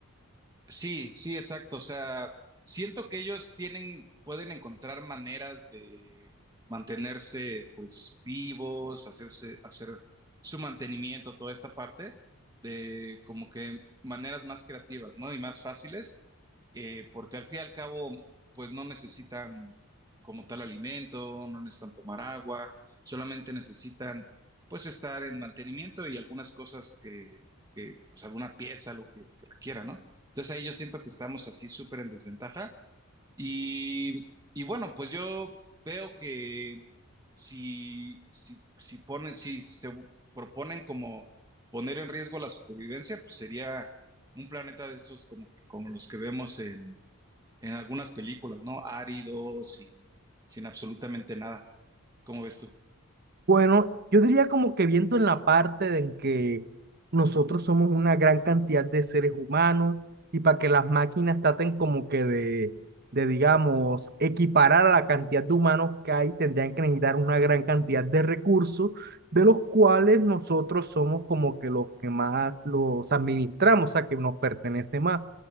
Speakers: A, on the right; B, on the right.
A: Sí, sí, exacto. O sea, siento que ellos tienen, pueden encontrar maneras de mantenerse, pues, vivos, hacerse, hacer su mantenimiento, toda esta parte de como que maneras más creativas, ¿no? Y más fáciles eh, porque al fin y al cabo, pues no necesitan como tal alimento, no necesitan tomar agua, solamente necesitan pues estar en mantenimiento y algunas cosas que, que, pues alguna pieza, lo que, que requiera, ¿no? Entonces ahí yo siento que estamos así súper en desventaja y, y bueno, pues yo veo que si, si, si ponen, si se bu- proponen como poner en riesgo la supervivencia, pues sería un planeta de esos como que como los que vemos en algunas películas, ¿no? Árido, sin, sin absolutamente nada. ¿Cómo ves tú?
B: Bueno, yo diría como que viento en la parte de en que nosotros somos una gran cantidad de seres humanos y para que las máquinas traten como que de, de, digamos, equiparar a la cantidad de humanos que hay, tendrían que necesitar una gran cantidad de recursos, de los cuales nosotros somos como que los que más los administramos, o sea, que nos pertenece más,